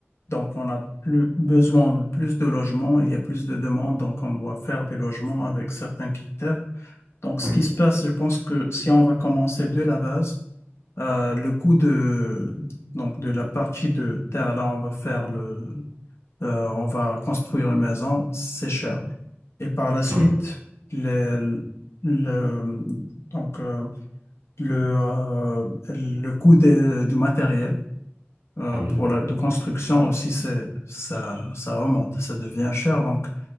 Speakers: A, on the left; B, on the right.
A: donc, on a plus besoin de plus de logements, il y a plus de demandes, donc on doit faire des logements avec certains critères. Donc, ce
B: oui,
A: qui se passe, je pense que si on va commencer de la base, euh, le coût de, donc de la partie de terre, là, on va faire le, euh, on va construire une maison, c'est cher. Et par la suite,
B: oui,
A: le, le, donc, euh, le, euh, le coût des- du matériel euh,
B: ah oui.
A: pour la de construction aussi, c'est, ça, ça remonte, ça devient cher. Donc,